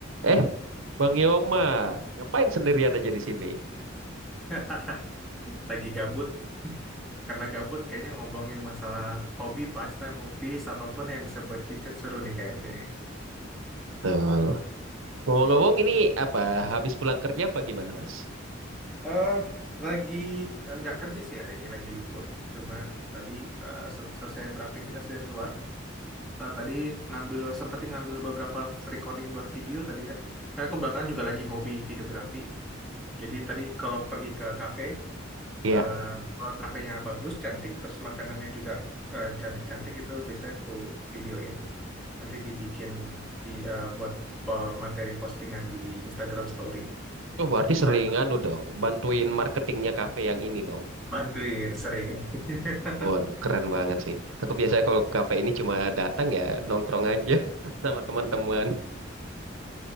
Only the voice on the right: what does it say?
Eh, Bang Yoma, ngapain sendirian aja di sini?
Betul. Ngomong-ngomong ini apa, habis pulang kerja apa gimana, Mas?
Iya,
Oh, berarti
sering
anu dong, bantuin marketingnya kafe yang ini dong.
Waduh, keren banget sih. Aku biasanya kalau ke kafe ini cuma datang ya, nongkrong aja <laughs> sama teman-teman.